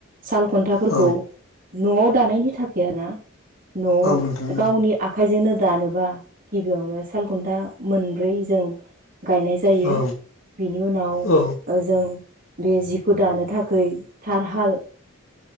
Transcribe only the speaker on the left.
औ
औ नोंथां
औ
औ